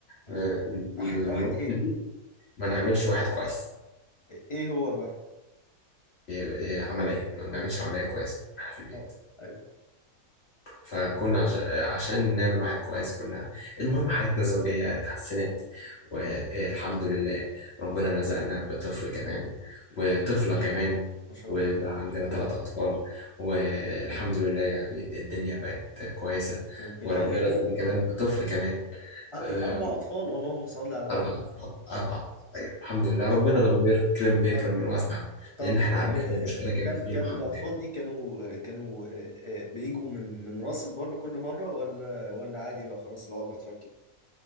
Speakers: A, on the left; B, on the left.
A: اه
B: آه، النقطة
A: واحد واحد ايه
B: دي ما نعملش واحد كويس
A: ايه هو الواحد
B: إيه- إيه، عملية ما بنعملش عملية كويس احنا في البيت
A: اه ايوه ما
B: فكنا عش... عشان نعمل واحد كويس كنا المهم حياتنا الزوجية اتحسنت والحمد لله ربنا رزقنا بطفل كمان وطفلة
A: شاء
B: كمان
A: الله ما شاء
B: وبقى
A: الله
B: عندنا
A: ما شاء
B: ثلاث
A: الله
B: أطفال والحمد لله يعني الدنيا بقت كويسة
A: طب دي
B: وربنا
A: حاجة جميلة
B: رزقنا كمان بطفل كمان
A: أ-
B: آه،
A: اربع اطفال اللهم صل على النبي
B: أربع أطفال أربع أطفال أيوة الحمد لله
A: ما
B: ربنا
A: شاء الله
B: لما بيكرم بيكرم
A: طب
B: من واسع
A: طب
B: لأن إحنا عرفنا
A: آه،
B: المشكلة كانت
A: كان
B: فين
A: كان
B: وحليناها
A: الاطفال دي كانوا آه، كانوا آه، آه، بيجوا من من راس البر كل مرة ولا ولا عادي بقى خلاص العقدة اتفكت